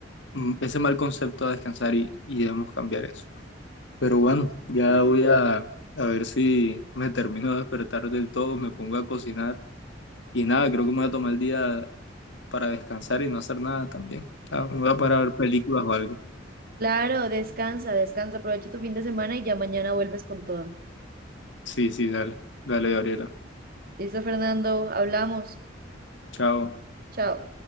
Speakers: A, on the left; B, on the right.
A: mm, ese mal concepto a descansar y, y debemos cambiar eso. Pero bueno, ya voy a, a ver si me termino de despertar del todo, me pongo a cocinar y nada, creo que me voy a tomar el día para descansar y no hacer nada también. Ah, me voy a parar a ver películas o algo.
B: Claro, descansa, descansa, aprovecha tu fin de semana y ya mañana vuelves con todo.
A: Sí, sí, dale, dale, Gabriela.
B: Listo, Fernando, hablamos.
A: Chao.
B: Chao.